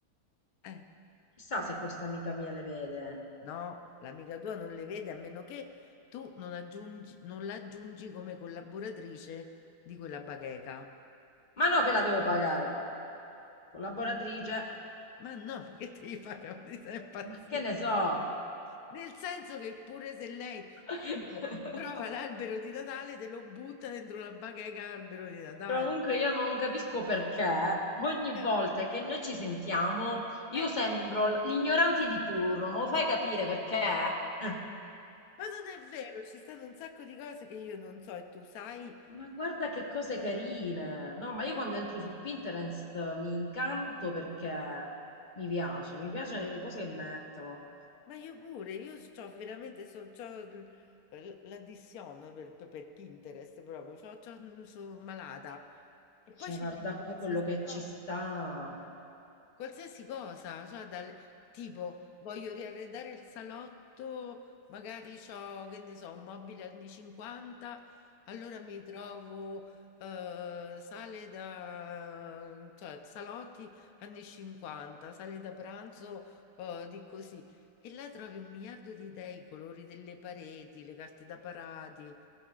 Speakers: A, on the left (about 65°); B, on the left (about 30°).
A: Eh,
B: Chissà se questa amica mia le vede.
A: no, l'amica tua non le vede a meno che tu non aggiungi, non la aggiungi come collaboratrice di quella bacheca.
B: Ma no che la devo pagare. Collaboratrice.
A: Ma no, ma che devi fare? <laughs> Mi stai impazzire.
B: Ma che ne so?
A: Nel senso che pure se lei
B: <laughs>
A: tipo, trova l'albero di Natale, te lo butta dentro la bacheca albero di Natale.
B: Comunque io non capisco perché ogni
A: Eh,
B: volta che noi ci sentiamo io
A: eh.
B: sembro l'ignorante di turno, ma lo fai capire perché? Eh,
A: Ma non è vero, ci stanno un sacco di cose che io non so e tu sai
B: Ma guarda che cose carine! No, ma io quando entro su Pinterest mi incanto perché mi piace, mi piacciono le cose che mettono.
A: Ma io pure, io c'ho veramente, so, c'ho l- l- l'addiction per, per- per Pinterest proprio, c'ho, c'ho- sono malata. E
B: Cioè,
A: poi ci
B: guarda
A: trovo
B: qua
A: qualsiasi
B: quello che
A: cosa.
B: ci sta.
A: Qualsiasi cosa, cioè dal, tipo voglio riarredare il salotto, magari ho, che ne so, un mobile anni 50, allora mi trovo eh, sale da, cioè salotti anni 50, sale da pranzo eh, di così. E là trovi un miliardo di idee, i colori delle pareti, le carte da parati,